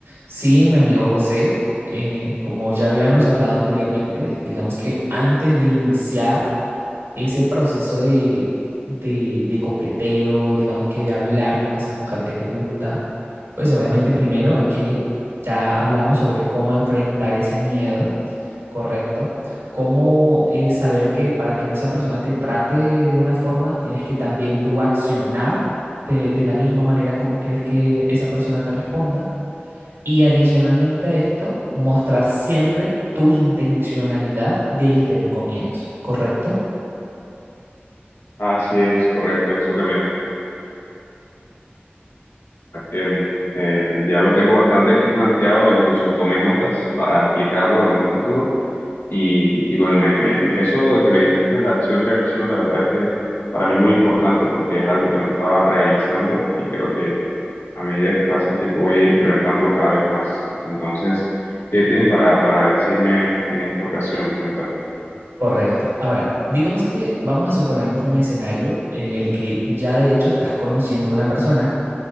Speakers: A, on the right; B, on the left.
A: Sí, mi amigo José, eh, como ya habíamos hablado anteriormente, digamos que antes de iniciar ese proceso de, de, de coqueteo, digamos que de hablar con esa mujer que te gusta, pues obviamente primero hay que, ya hablamos sobre cómo enfrentar ese miedo, correcto, cómo eh, saber que para que esa persona te trate de una forma, tienes que también tú accionar de, de la misma manera en cómo quieres que esa persona te responda. Y adicionalmente a esto, mostrar siempre tu intencionalidad desde el comienzo, ¿correcto?
B: Así es, correcto, eso que me que, mm, eh, ya lo tengo bastante aquí planteado, incluso tomé notas para aplicarlo en un futuro. Y, y bueno, me, me- me- eso que me dijiste, la acción-reacción, la verdad es que para mí es muy importante porque es algo que no estaba realizando y creo que a medida que pasa el tiempo voy a ir implementándolo cada vez más. Entonces, ¿qué tienes para, para decirme en esta ocasión? Cuéntame.
A: Correcto. Ahora, digamos que vamos a suponernos un escenario en el que ya de hecho estás conociendo a una persona,